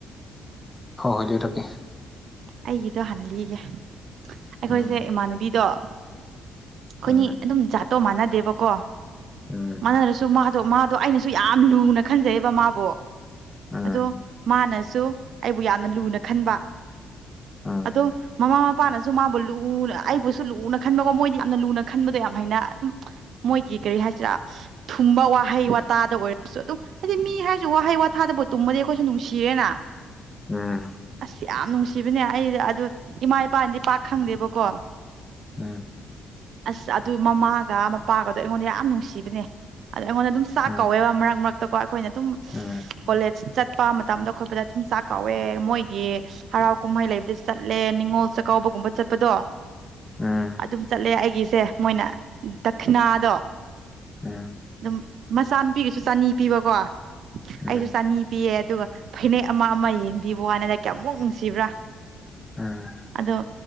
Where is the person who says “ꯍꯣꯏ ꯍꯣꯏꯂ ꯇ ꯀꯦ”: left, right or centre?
Left